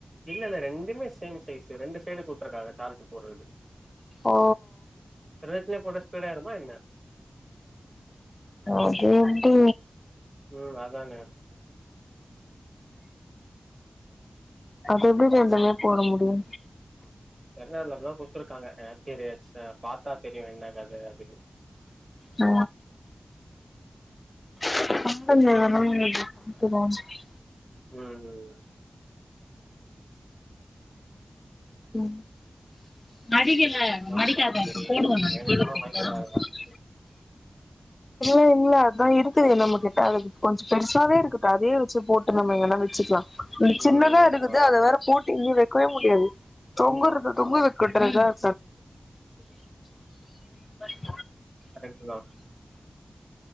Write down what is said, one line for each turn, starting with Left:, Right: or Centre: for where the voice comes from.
Right: இல்லல்ல ரெண்டுமே சேம் சைஸ்சு ரெண்டு சைடு குடுத்துருக்காங்க சார்ஜு போட்றதுக்கு
Left: ஓ
Right: <unintelligible> போட்டா ஸ்பீடா ஏருமா என்ன
Left: அது வந்து
Right: ம் அதானே
Left: அது எப்டி ரெண்டுமே போட முடியு
Right: தெரில அதுல அப்டியா குடுத்துருக்காங்க <unintelligible> பாத்தா தெரியு என்ன கத அப்டின்னு
Left: ஆ <inaudible>
Right: ம்
Left: <inaudible>
Right: அதுதா செரி வேணும்னா வாங்கிக்கலா
Left: இல்ல இல்ல அதா இருக்குதே நம்ம கிட்ட அதுக்கு கொஞ்சோ பெருசாவே இருக்குது அதே வெச்சு போட்டு நம்ம எங்கன்னா வெச்சுக்லா இந்த சின்னதா
Right: ம் அதா
Left: இருக்குது அத வேற போட்டு இங்கய வைக்கவே முடியாது தொங்குயிருது
Right: ஆமா
Left: தொங்குது <unintelligible>
Right: கரெக்குட்டுதா